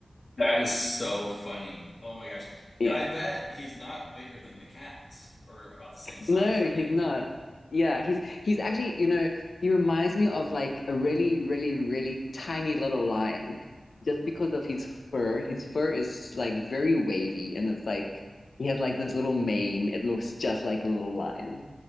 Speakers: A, on the left (about 55°); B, on the left (about 90°).
A: is so funny. Oh my gosh.
B: <laughs>
A: And I
B: yeah.
A: bet he's not bigger than the cats or about the same size,
B: No, he's
A: right?
B: not. Yeah, he's he's actually, you know, he reminds me of like a really, really, really tiny little lion just because of his fur. His fur is like very wavy and it's like he has like this little mane. It looks just like a little lion.